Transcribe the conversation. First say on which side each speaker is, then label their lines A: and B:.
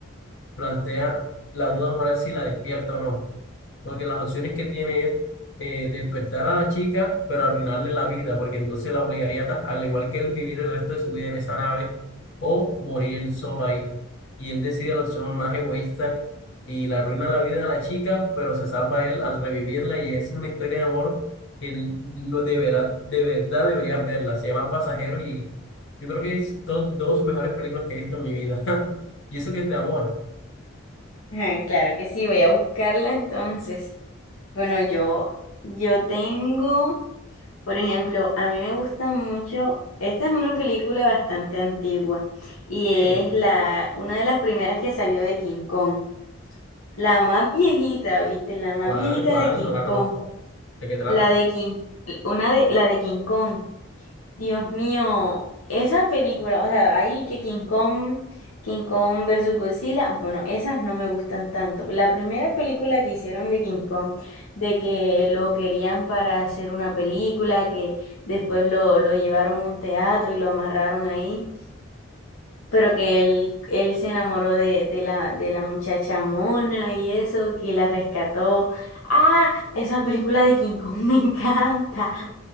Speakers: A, on the left (about 60°); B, on the left (about 85°).
A: plantea la duda moral si la despierta o no. Porque las opciones que tiene es eh, despertar a la chica, pero arruinarle la vida, porque entonces la obligaría, ta- al igual que él, vivir el resto de su vida en esa nave o morir él solo ahí. Y él decide la opción más egoísta y le arruina la vida a la chica, pero se salva él al revivirla y es una historia de amor que él lo deberá, de verdad deberías verla. Se llama Pasajero y yo creo que es top dos mejores películas que he visto en mi vida. <laughs> Y eso que es de amor.
B: Ah, Claro que sí, voy a buscarla entonces. Bueno, yo, yo tengo. Por ejemplo, a mí me gusta mucho, esta es una película bastante antigua y
A: Sí,
B: es la una de las primeras que salió de King Kong, la más viejita, ¿viste? La más
A: ¿cuál,
B: viejita
A: cuál?
B: de King
A: No la
B: Kong,
A: conozco. ¿De qué trata?
B: la de King, una de la de King Kong. Dios mío, esa película, o sea, ahí que King Kong, King Kong versus Godzilla, bueno, esas no me gustan tanto. La primera película que hicieron de King Kong, de que lo querían para hacer una película, que después lo, lo llevaron a un teatro y lo amarraron ahí, pero que él, él se enamoró de, de la, de la muchacha mona y eso, que la rescató. Ah, esa película de King Kong <laughs> me encanta.